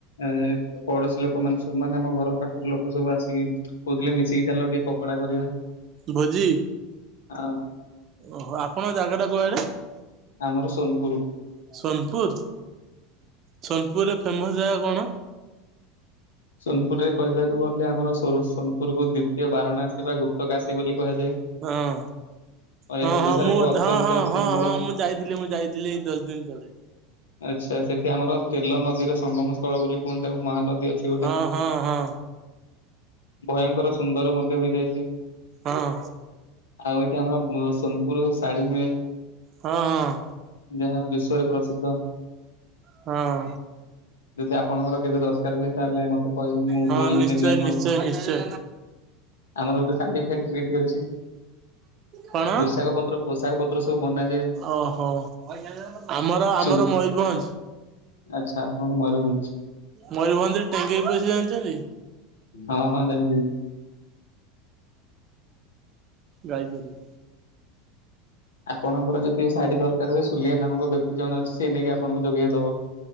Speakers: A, on the left; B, on the right.
A: ଏଁ ପଡୋଶୀ ଲୋକ ମାନେ ସେମାନେ ଆମ ଘର ପାଖର ଲୋକ ସବୁ ଆସିକି କହୁଥିଲେ ମିଶିକି ଚାଲ ଟିକେ ପକୋଡା କରିବା।
B: ଭୋଜି।
A: ଆଁ।
B: ଓହୋ ଆପଣଙ୍କ ଜାଗା ଟା କୁଆଡେ?
A: ଆମର ସୋନପୁରୁ।
B: ସୋନପୁର, ସୋନପୁରରେ ଫେମସ୍ ଜାଗା କଣ?
A: ସୋନପୁରରେ କହିବାକୁ ଗଲେ ଆମର ମୋର ସୋନପୁରକୁ ଦୁ ତିଏ ବାରଣାସୀ ବା ଗୁପ୍ତକାଶୀ ବୋଲି କୁହାଯାଏ।
B: ହଁ।
A: ଓ
B: ହଁ
A: ଏ ଓଡ଼ିଶାର
B: ହଁ ମୁଁ
A: ଏକ ଅତ୍ୟନ୍ତ
B: ହଁ ହଁ
A: ସୁନ୍ଦର
B: ହଁ ହଁ ମୁଁ ଯାଇଥିଲି ମୁଁ ଯାଇଥିଲି ଏଇ ଦଶ ଦିନ ତଳେ।
A: ଆଚ୍ଛା ସେଠି ଆମର ତେଲ ନଦୀର ସଙ୍ଗମ ସ୍ଥଳ ବୋଲି କୁହନ୍ତି ତାକୁ ମହାନଦୀ। ଅଛି ଗୋଟେ।
B: ହଁ ହଁ ହଁ।
A: ଭୟଙ୍କର ସୁନ୍ଦର ମଧ୍ୟ ହୋଇଥାଏ ସେ।
B: ହଁ।
A: ଆଉ ଏଠି ଆମର ମୋ ସୋନପୁରୁ ଶାଢୀ ମିଳେ।
B: ହଁ ହଁ।
A: ଯାହା ବିଶ୍ଵରେ ପ୍ରସିଦ୍ଧ।
B: ହଁ।
A: ଯଦି ଆପଣଙ୍କର କେବେ ଦରକାର ହୁଏ ତାହେଲେ ମତେ କହିବେ ମୁଁ
B: ହଁ
A: ବୁଣିକି
B: ନିଶ୍ଚୟ
A: ଦେବି ଆପଣଙ୍କୁ।
B: ନିଶ୍ଚୟ ନିଶ୍ଚୟ।
A: ଆମର ଗୋଟେ ଶାଢୀ ଫ୍ୟାକ୍ଟ୍ରି ଏଠି ଅଛି।
B: କଣ?
A: ପୋଷାକ ପତ୍ର ପୋଷାକ ପତ୍ର ସବୁ ବନାଯାଏ।
B: ଓହୋ। ଆମର ଆମର
A: ଚୁନ୍
B: ମୟୂରଭଞ୍ଜ୍।
A: ଆଚ୍ଛା ଆପଣ <unintelligible> ମୟୁରଭଞ୍ଜ।
B: ମୟୂରଭଞ୍ଜରେ ଟେଙ୍ଗେଇ ପୋଷି ଜାଣିଛନ୍ତି?
A: ହଁ ହଁ ନିଅନ୍ତି।
B: ଗାଈ ଚରେଇ।
A: ଆପଣଙ୍କର ଯଦି ଶାଢୀ ଦରକାର ହୁଏ ସୁଲିଆ ନାମକ ବ୍ୟକ୍ତି ଜଣେ ଅଛି ସିଏ ନେଇକି ଆପଣଙ୍କୁ ଯୋଗେଇ ଦବ।